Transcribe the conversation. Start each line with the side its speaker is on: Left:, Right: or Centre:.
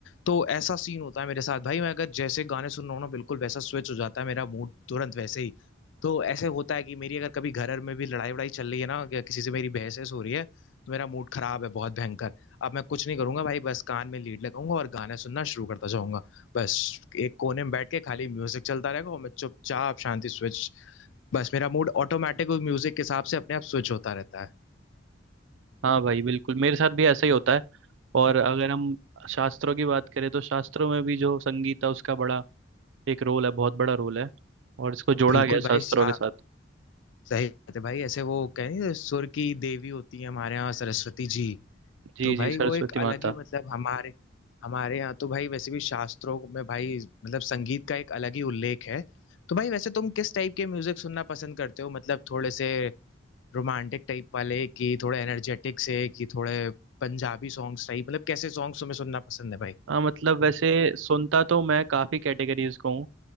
Left: तो ऐसा सीन होता है मेरे साथ भाई मैं अगर जैसे गाने सुन रहा हूँ ना बिल्कुल वैसा स्विच हो जाता है मेरा मूड तुरंत वैसे ही तो ऐसे होता है कि मेरी अगर कभी घर में भी लड़ाई वड़ाई चल रही है ना या किसी से मेरी बहस वहस हो रही है तो मेरा मूड खराब है बहुत भयंकर अब मैं कुछ नहीं करूंगा भाई बस कान में लीड लगाऊंगा और गाने सुनना शुरू करता जाऊंगा बस एक कोने में बैठ के खाली म्यूजिक चलता रहेगा और मैं चुपचाप शांति स्विच बस मेरा मूड ऑटोमेटिक म्यूजिक के हिसाब से अपने आप स्विच होता रहता है
Right: हाँ भाई बिल्कुल मेरे साथ भी ऐसा ही होता है और अगर हम शास्त्रों की बात करें तो शास्त्रों में भी जो संगीत है उसका बड़ा एक रोल है बहुत बड़ा रोल है और इसको जोड़ा
Left: बिल्कुल
Right: गया है शास्त्रों
Left: भाई शा-
Right: के साथ
Left: सही बात है भाई ऐसे वो कह नहीं सुर की देवी होती है हमारे यहाँ सरस्वती जी
Right: जी
Left: तो भाई
Right: जी सरस्वती
Left: वो एक
Right: माता
Left: अलग ही मतलब हमारे हमारे यहाँ तो भाई वैसे भी शास्त्रों में भाई मतलब संगीत का एक अलग ही उल्लेख है तो भाई वैसे तुम किस टाइप के म्यूजिक सुनना पसंद करते हो मतलब थोड़े से रोमांटिक टाइप वाले कि थोड़े एनर्जेटिक से कि थोड़े पंजाबी सॉन्ग्स टाइप मतलब कैसे सॉन्ग्स तुम्हें सुनना पसंद है भाई
Right: हाँ मतलब वैसे सुनता तो मैं काफ़ी कैटेगरीज को हूँ